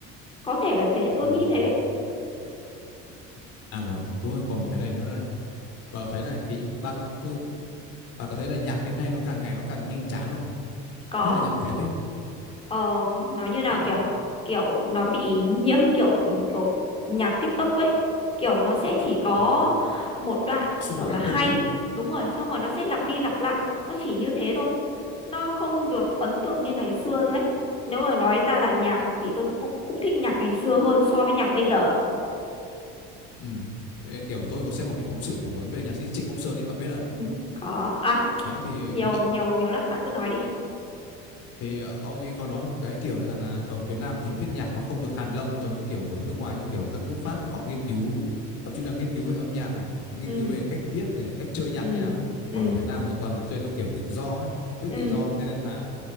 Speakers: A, on the left; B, on the left.
A: có thể là thế tôi
B: ờ
A: nghĩ thế
B: À mà đúng rồi, còn một cái này nữa này bà có thấy là cái bà có ừ, bà có thấy là nhạc hiện nay nó càng ngày nó càng nhanh chán không
A: có
B: nhất là nhạc Việt ấy
A: ờ, nói như nào
B: Ờ,
A: kiểu kiểu nó bị nhiễm kiểu ừ, kiểu nhạc TikTok ấy kiểu nó sẽ chỉ có
B: ừ,
A: một đoạn
B: xu
A: kiểu
B: hướng
A: là
B: nhất
A: hay
B: thời ấy
A: đúng rồi xong rồi nó sẽ lặp đi lặp lại nó chỉ như thế thôi nó không được ấn tượng như ngày xưa nữa ấy. Nếu mà nói ra là nhạc thì tôi cũng cũng thích nhạc ngày xưa hơn so với nhạc bây giờ
B: ừ. Thế kiểu tôi có xem một cái phóng sự phỏng vấn về nhạc sĩ Trịnh Công Sơn ấy bạn biết không
A: ừ, có à
B: đấy thì
A: nhiều
B: ờ,
A: nhiều nhiều lắm bạn cứ nói đi
B: thì ờ, ông ấy có nói một cái kiểu là rằng là ở Việt Nam thì viết nhạc nó không được hàn lâm giống như kiểu ở nước ngoài như kiểu các nước Pháp ấy họ nghiên cứu thậm chí là nghiên cứu về âm nhạc này nghiên
A: ừ
B: cứu về cách viết này cách chơi nhạc
A: ừ
B: như nào ấy
A: ừ
B: còn ở Việt Nam thì toàn là chơi theo kiểu tự do ấy viết
A: ừ
B: tự do thế nên là